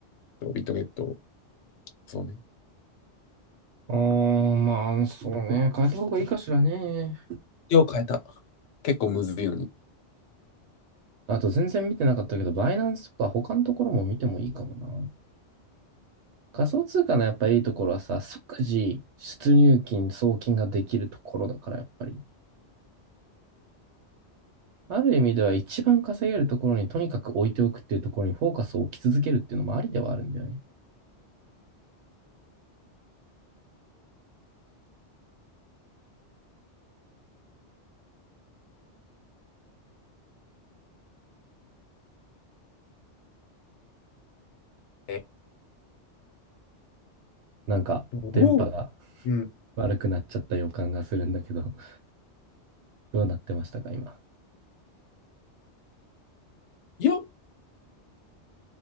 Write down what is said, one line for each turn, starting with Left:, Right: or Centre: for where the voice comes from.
Left: う、ビットゲット、そうね。
Right: ああ、まあ、そうね。変えた方がいいかしらね。
Left: よう変えた。結構むずいのに。
Right: あと全然見てなかったけど、バイナンスとか他のところも見てもいいかもな。仮想通貨のやっぱいいところはさ、即時出入金、送金ができるところだからやっぱり。ある意味では一番稼げるところにとにかく置いておくっていうところにフォーカスを置き続けるっていうのもありではあるんだよね。
Left: え
Right: なんか、電波が
Left: おお、うん。
Right: 悪くなっちゃった予感がするんだけど、<laughs> どうなってましたか、今。
Left: いや、